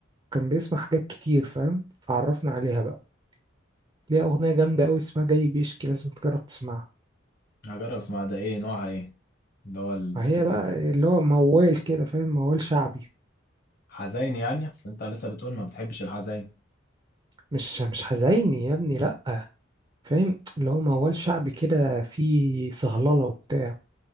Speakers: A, on the right; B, on the left.
A: كان بيسمع حاجات كتير فاهم فعرفنا عليها بقى ليها أغنية جامدة أوي اسمها جاي بيشكي لازم تجرب تسمعها
B: هجرب اسمع ده ايه نوعها ايه؟ اللي هو الكاتيجوري
A: فهي بقى اللي هو موال كده فاهم موال شعبي
B: حزين يعني أصل أنت لسه بتقول ما بتحبش الحزين
A: مش مش حزيني يا ابني لأ فاهم اللي هو موال شعبي كده فيه صهللة وبتاع